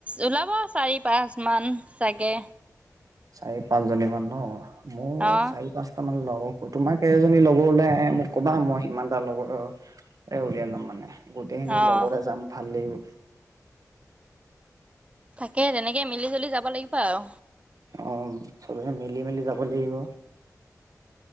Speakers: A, on the right; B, on the right.
A: ওলাব চাৰি, পাঁচ মান চাগে।
B: চাৰ পাঁচজনী মমান ন? মোৰ
A: অ',
B: চাৰি পাঁচটা মান লগক কয়। তোমাৰ কেই এজনী লগৰ ওলাই আহে মোক ক'বা। মই সিমানটা লগৰ এ, উলিয়াই লম মানে। গোটেইখিনি
A: অ'।
B: লগৰে যাম ভাল লাগিব। <inaudible>
A: থাকে। তেনেকে মিলিজুলি যাব লাগিব আৰু।
B: অম, চবে। এ, মিলি মেলি যাব লাগিব।